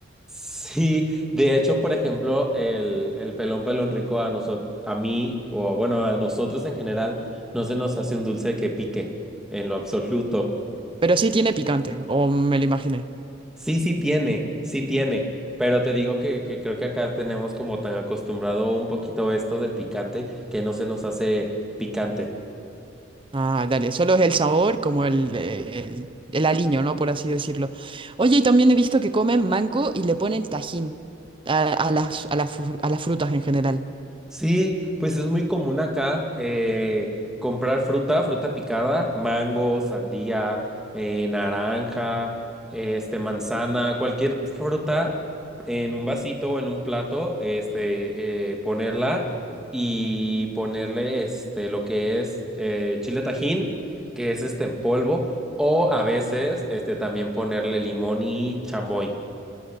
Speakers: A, in the centre; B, on the right.
A: Sí, de hecho, por ejemplo, el, el pelón pelón rico a nosotros, a mí, o bueno, a nosotros en general, no se nos hace un dulce que pique en lo absoluto.
B: Pero sí tiene picante, o me lo imaginé.
A: Sí, sí tiene, sí tiene, pero te digo que, que creo que acá tenemos como tan acostumbrado un poquito esto del picante que no se nos hace picante.
B: Ah, dale, solo es el sabor, como el, eh, el, el aliño, ¿no? Por así decirlo. Oye, y también he visto que comen mango y le ponen tajín a, a las, a las fru- a las frutas en general.
A: Sí, pues es muy común acá eh, comprar fruta, fruta picada, mango, sandía, eh, naranja, este, manzana, cualquier fruta en un vasito o en un plato, este, eh, ponerla y ponerle este, lo que es eh, chile tajín, que es este en polvo, o a veces este, también ponerle limón y chamoy.